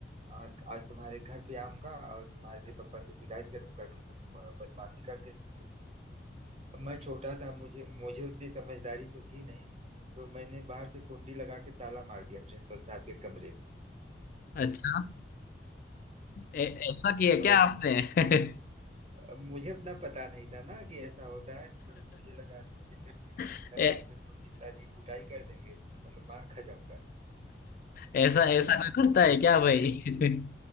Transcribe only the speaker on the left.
अच्छा ए, ऐसा किया
क्या आपने
<laughs>
ए,
ऐसा
ऐसा कोई करता
है क्या भाई
<laughs>